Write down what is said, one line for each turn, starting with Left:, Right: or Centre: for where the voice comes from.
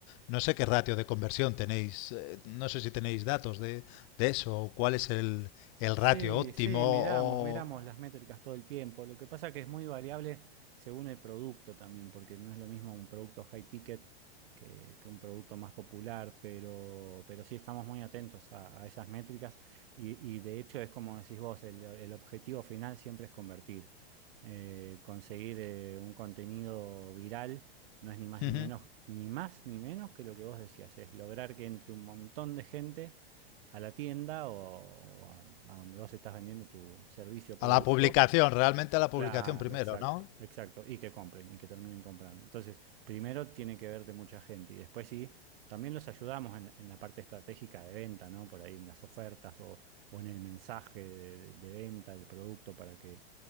Left: no sé qué ratio de conversión tenéis, eh, no sé si tenéis datos de, de eso, o cuál es el, el
Right: Sí,
Left: ratio óptimo,
Right: sí, miramos,
Left: o
Right: miramos las métricas todo el tiempo. Lo que pasa que es muy variable según el producto también, porque no es lo mismo un producto high ticket que, que un producto más popular, pero, pero sí estamos muy atentos a, a esas métricas y, y de hecho es como decís vos, el, el objetivo final siempre es convertir. Eh, conseguir eh, un contenido viral no es ni
Left: <laughs>
Right: más
Left: Ujú.
Right: ni menos, ni más ni menos que lo que vos decías, es lograr que entre un montón de gente a la tienda o, o a, a donde vos estás vendiendo tu servicio o producto.
Left: a la publicación, realmente a la publicación
Right: Claro,
Left: primero,
Right: exacto,
Left: ¿no?
Right: exacto. Y que compren y que terminen comprando. Entonces, primero tiene que verte mucha gente y después sí, también los ayudamos en, en la parte estratégica de venta, ¿no? Por ahí en las ofertas o, o en el mensaje de, de- de venta del producto para que,